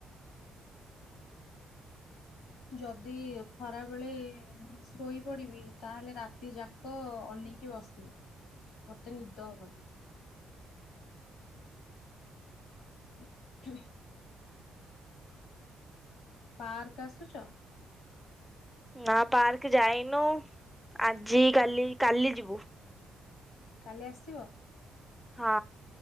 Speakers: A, on the left; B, in the centre.
A: ଯଦି ଖରା ବେଳେ ଶୋଇପଡିବି ତାହେଲେ ରାତି ଯାକ ଅନେଇକି ବସିବୁ ମତେ ନିଦ ହବନି। <inaudible> ପାର୍କ ଆସୁଛ?
B: ନା ପାର୍କ ଯାଇନୁ ଆଜି କାଲି କାଲି ଯିବୁ।
A: କାଲି ଆସିବ?
B: ହଁ।